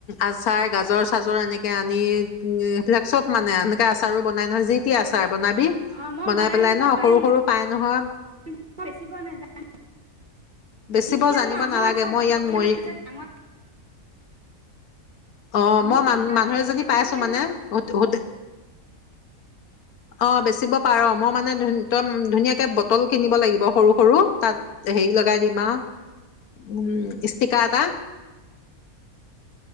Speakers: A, on the left; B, on the right.
A: আচাৰ গাজৰ চাজৰ এনেকে আনি উম এইবিলাক চব মানে আচাৰ বনাই যি তি আ চাৰ বনাবি
B: অ মই
A: বনাই পেলাই
B: দিব
A: ন
B: পাৰিম
A: সৰু সৰু পাই নহয়
B: মই বেচিব নাযায়
A: বেছি
B: এতিয়া
A: বৰ জানিব
B: মই আমৰ
A: নালাগে
B: আচাৰ
A: মই
B: দুবৈয়াম
A: ইয়াত মৰি
B: আছে ডাঙৰ
A: আহ
B: মোৰ
A: মই মান
B: এতিয়া
A: মানুহ
B: হেৰি
A: এজনী
B: সেই
A: পাই
B: দুবৈয়ামত
A: আছো মানে হোট অ বেচিব পাৰ মই মানে ধুনম ধুনীয়াকে পটল কিনিব লাগিব সৰু সৰু তাত হেৰি লগাই দিম আৰু উম ইস্তিকা এটা